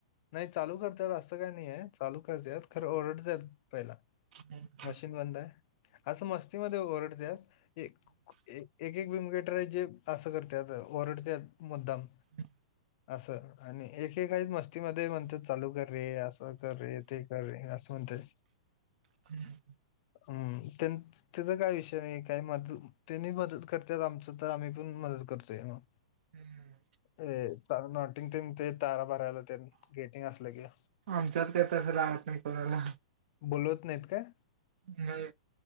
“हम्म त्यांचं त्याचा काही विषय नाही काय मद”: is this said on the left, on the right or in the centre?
Left